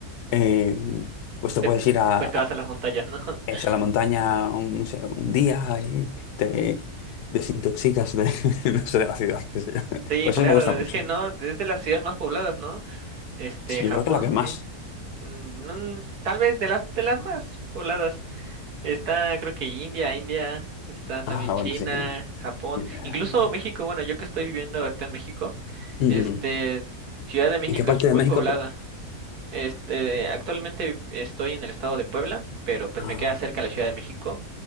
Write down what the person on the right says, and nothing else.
te-
pues te vas a las montañas, ¿no? <laughs>
Sí,
claro,
es que no, es de las ciudades más pobladas, ¿no? Este,
Japón,
que, mm, no, tal vez de las de las más pobladas. Está, creo que India, India, está también
China,
Japón,
incluso
México, bueno, yo que estoy viviendo ahorita en México,
este, Ciudad de México
es muy
poblada.
Este, actualmente estoy en el estado de Puebla, pero pues
me queda cerca
la Ciudad de México.